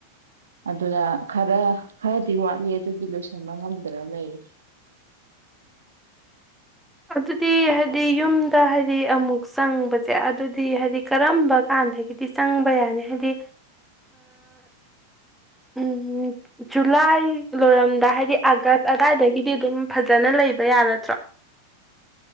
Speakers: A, on the right; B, in the centre.
A: ꯑꯗꯨꯅ ꯈꯔ ꯈꯔꯗꯤ ꯋꯥꯠꯂꯤ ꯑꯗꯨꯗꯤ ꯂꯣꯏꯁꯟꯕ ꯉꯝꯗ꯭ꯔ ꯂꯩ
B: ꯑꯗꯨꯗꯤ ꯍꯥꯏꯗꯤ ꯌꯨꯝꯗ ꯍꯥꯏꯗꯤ ꯑꯃꯨꯛ ꯆꯪꯕꯁꯦ ꯑꯗꯨꯗꯤ ꯍꯥꯏꯗꯤ ꯀꯔꯝꯕ ꯀꯥꯟꯗꯒꯤꯗꯤ ꯆꯪꯕ ꯌꯥꯅꯤ ꯍꯥꯏꯗꯤ ꯎꯝ ꯖꯨꯂꯥꯏ ꯂꯣꯏꯔꯝꯗꯥ ꯍꯥꯏꯗꯤ ꯑꯥꯒꯁ ꯑꯗꯨꯗꯥꯋꯥꯏꯗꯒꯤꯗꯤ ꯑꯗꯨꯝ ꯐꯖꯅ ꯂꯩꯕ ꯌꯥꯒꯠꯇ꯭ꯔꯣ